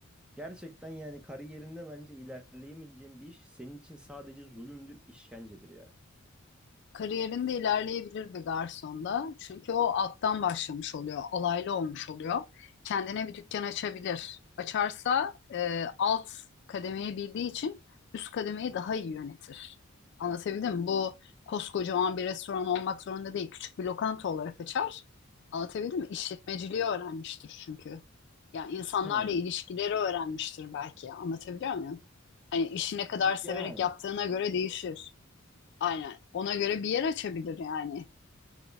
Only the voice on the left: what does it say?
kariyerinde ilerleyebilir bir garsonda. Çünkü o alttan başlamış oluyor, alaylı olmuş oluyor. Kendine bir dükkan açabilir. Açarsa e, alt kademeyi bildiği için üst kademeyi daha iyi yönetir. Anlatabildim mi? Bu koskocaman bir restoran olmak zorunda değil. Küçük bir lokanta olarak açar. Anlatabildim mi? İşletmeciliği öğrenmiştir çünkü. Yani insanlarla
ilişkileri öğrenmiştir belki. Anlatabiliyor muyum? Hani işi ne kadar severek
yaptığına göre değişir. Aynen. Ona göre bir yer açabilir yani.